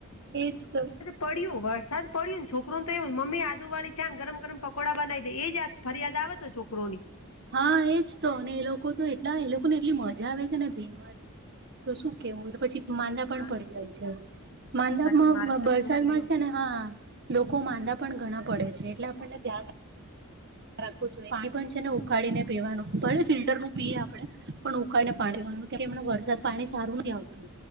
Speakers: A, on the right; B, on the left.
A: એજ તો
B: પડ્યું વરસાદ પડ્યું ને છોકરું તો એું મમ્મી આદુવાળી છને ગરમ ગરમ પકોડા બનાવી દે એ જ ફરિયાદ આવે છે છોકરોની
A: હા એજ તો અને એ લોકો તો એટલા એ લોકો ને એટલી મજા આવે છે ને ભીનવાની તો શું કેવું પછી માંદા પણ
B: મારે
A: પડી જાય છે.
B: સાચી
A: માંદામાં
B: વાત છે મારે તો
A: વરસાદમાં
B: છોકરીઓ
A: છે ને હા લોકો માંદા પણ ઘણા પડે છે એટલે આપણને ધ્યાન રાખું પાણી પણ છે ને ઉકાળીને પીવાનું પણને ફિલ્ટરનુંું પીએ આપડે પણ ઉકાળને પાણીવાનું ત એમ વરસાદ પાણી સારું નહી આવતું